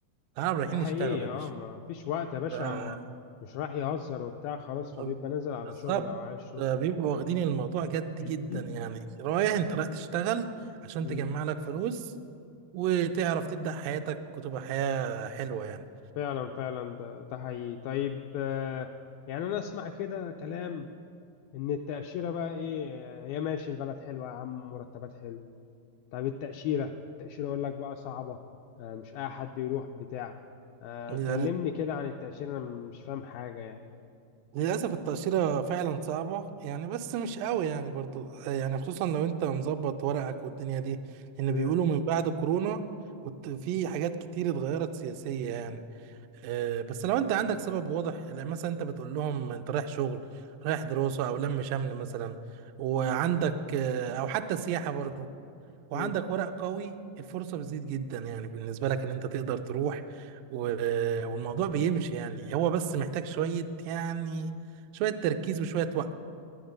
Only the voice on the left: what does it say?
ده حقيقي
اه
ما فيش وقت يا باشا
هو مش راح يهزر وبتاع خلاص
فبيبقى نازل على
شغل او عايز شغل
<clears throat>
امم
فعلا فعلا ده ده حقيقي طيب آه، يعني انا اسمع كده كلام ان التأشيرة بقى ايه هي ماشي البلد حلوة يا عم مرتبات حلو طب التأشيرة التأشيرة يقول لك بقى صعبة آه، مش اي حد يروح بتاع آه،
كلمني كده عن التأشيرة انا مش فاهم حاجة يعني
مم.
مم.